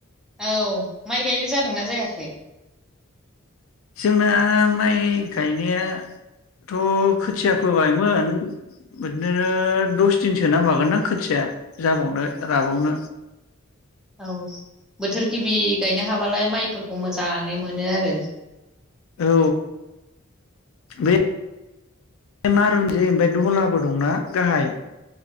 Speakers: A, in the centre; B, on the left (about 70°).
A: औ माइ गायनाय जादोंना जायाखै
B: जोंना माइ गायनायाथ' खोथिया फोबायमोन बिदिनो दस दिनसो नांबावगोन दां खोथिया जाबावनो राबावनो
A: औ बोथोर गिबि गायनो हाबालाय माइफोरखौ मोजां जानाय मोनो आरो
B: औ बे मारुनजे ओमफ्राय दलाबो दंना गाहाय